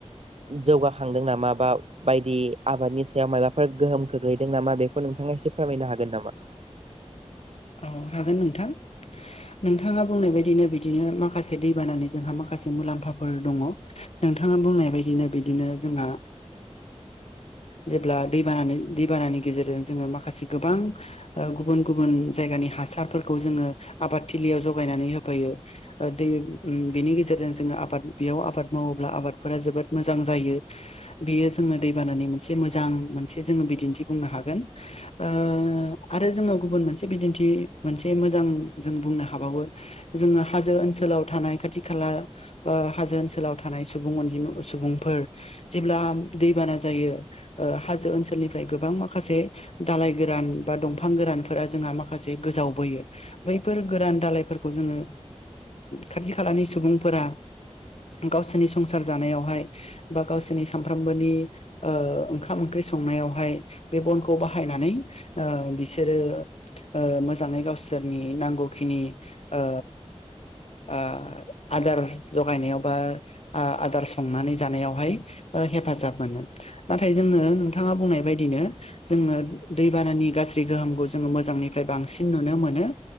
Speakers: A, on the right; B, on the left.
A: जौगाखांदों नामा बा बायदि आबादनि सायाव माबाफोर गोहोम खोख्लैदों नामा बेखौ नोंथाङा एसे फोरमायनो हागोन नामा
B: औ हागोन नोंथां नोंथाङा बुंनाय बायदिनो बिदिनो माखासे दै बानानानै जोंहा माखासे मुलाम्फाफोर दङ नोंथाङा बुंनाय बायदिनो बिदिनो जोंहा जेब्ला दै दैबानानि गेजेरजों जोङो माखासे गोबां गुबुन गुबुन जायगानि हासारफोरखौ जोङो आबादथिलियाव जगायनानै होफैयो दै बेनि गेजेरजों जोङो आबाद बेयाव आबाद मावोब्ला आबादफोरा जोबोद मोजां जायो बेयो जोङो दैबानानि मोनसे मोजां मोनसे जोङो बिदिन्थि बुंनो हागोन ओ आरो जोङो गुबुन मोनसे बिदिन्थि मोनसे मोजां जों बुंनो हाबावो जोङो हाजो ओनसोलाव थानाय खाथि खाला हाजो ओनसोलाव थानाय सुबुं अनजिम सुबुंफोर जेब्ला दैान बाना जायो ओ हाजो ओनसोलनिफ्राय गोबां माखासे दालाइ गोरान बा दंफां गोरान जोंहा माखासे गोजावबोयो बैफोर गोरान दाालइ जोङो खाथि खालाम नि सुबुंफोरा गावसोरनि संसार जानायावहाय बा गावसोरनि सानफ्रामबोनि ओंखाम ओंख्रि संनायावहाय बे बनखौ बाहायनानै ओ बिसोरो ओ मोजाङै गावसोरनि नांगौखिनि ओ ओ आदार जगायनायाव बा आदार संनानै जानायावहाय हेफाजाब मोनो नाथाय जोंङो नोंथाङा बुंनाय बायदिनो जोंङनो दैबानानि गासै <unintelligible> जोङो मोजांनिफ्राय बांसिन नुनो मोन